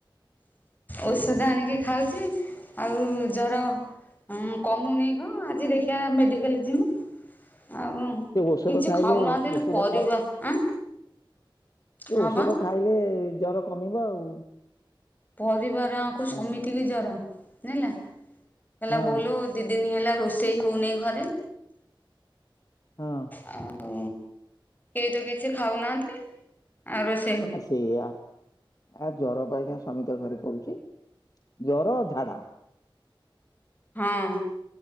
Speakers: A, on the left (about 20°); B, on the left (about 45°).
A: ଔଷଧ ଆଣିକି ଖାଉଚି ଆଉ ଜର ହଁ କମୁନେଇ ପା ଆଜି ଦେଖିଆ ମେଡିକାଲ ଯିମୁ ଆଉ
B: ସେ ଔଷଧ
A: କିଛି
B: ଖାଇଲେ
A: ଖାଉନାହାନ୍ତି ଲେ
B: ଔଷଧ
A: ପରିବା ଆଁ।
B: ଏ
A: ହଁ
B: ଔଷଧ
A: ବା
B: ଖାଇଲେ ଜର କମିବ ଆଉ।
A: ପରିବାର ଆଙ୍କୁ ସମିତିକି
B: ହଁ
A: ଜର ଯାଇଁନଲା କହିଲା
B: ହଁ
A: ବୋଉଲୋ ଦିଇ ଦିନ ହେଲା ରୋଷେଇ ହୋଉନେଇଁ ଘରେ।
B: ହଁ
A: ଆଉ, କେହି ତ କିଛି ଖାଉନାହାନ୍ତି। ଆ ରୋଷ
B: ଆ ସେଇଆ। ଆ ଜର ପାଇଁକା ସମୀତା ଘରେ ପଡୁଚି। ଜର ଝାଡା।
A: ହଁ